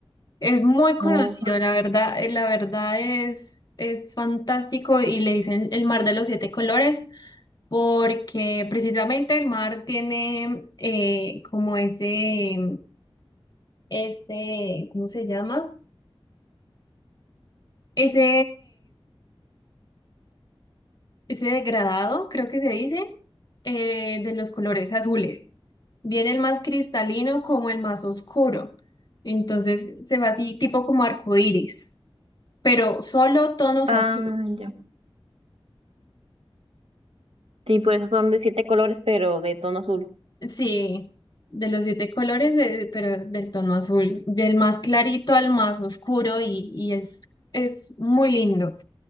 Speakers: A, on the left (about 45°); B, on the right (about 85°).
A: Es muy conocido,
B: no.
A: la verdad, eh, la verdad es, es fantástico y le dicen el mar de los siete colores porque precisamente el mar tiene eh, como ese, ese, ¿cómo se llama? Ese ese degradado, creo que se dice, eh, de los colores azules. Viene el más cristalino como el más oscuro. Entonces se va así, tipo como arco iris, pero solo tonos
B: Ah,
A: azules.
B: ya. Sí, por eso son de siete colores, pero de tono azul.
A: Sí, de los siete colores, eh, pero del tono azul, del más clarito al más oscuro y, y es, es muy lindo.